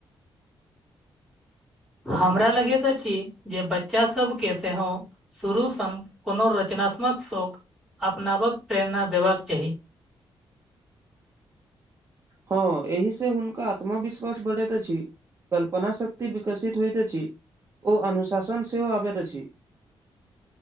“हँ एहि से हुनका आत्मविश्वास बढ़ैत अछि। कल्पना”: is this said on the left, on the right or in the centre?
Right